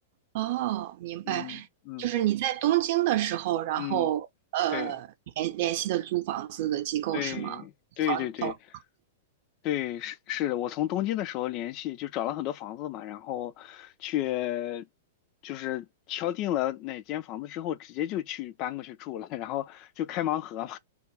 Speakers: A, on the right; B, on the left.
A: 哦，明白，
B: 嗯嗯
A: 就是你在东京的时候，然后呃联联系的租房子的机构是吗？
B: 嗯，对对对对对。
A: 房房。
B: 对，是是的，我从东京的时候联系，就找了很多房子嘛，然后去就是敲定了哪间房子之后，直接就去搬过去住了，然后就开盲盒嘛，